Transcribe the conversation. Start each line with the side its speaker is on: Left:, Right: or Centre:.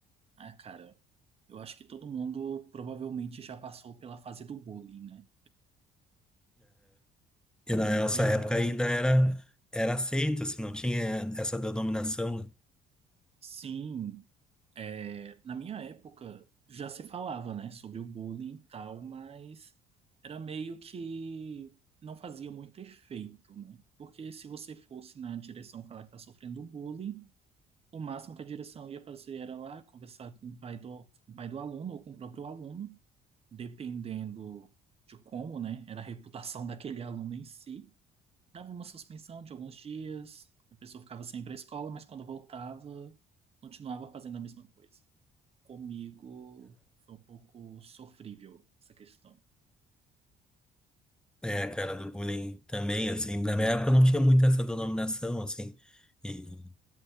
Right: ah, cara, eu acho que todo mundo provavelmente já passou pela fase do bullying, né?
Centre: E na nossa
Right: Eu,
Centre: época ainda era, era aceito, assim, não tinha essa denominação. né?
Right: sim, É, na minha época já se falava, né, sobre o bullying e tal, mas era meio que não fazia muito efeito, né? Porque se você fosse na direção falar que tá sofrendo bullying, o máximo que a direção ia fazer era lá conversar com o pai do, com o pai do aluno ou com o próprio aluno, dependendo de como, né, era a reputação <laughs> daquele aluno em si. Dava uma suspensão de alguns dias, a pessoa ficava sem ir para a escola, mas quando voltava, continuava fazendo a mesma coisa. Comigo foi um pouco sofrível essa questão.
Centre: É, a cara do bullying também, assim. Na minha época não tinha muito essa denominação, assim. E,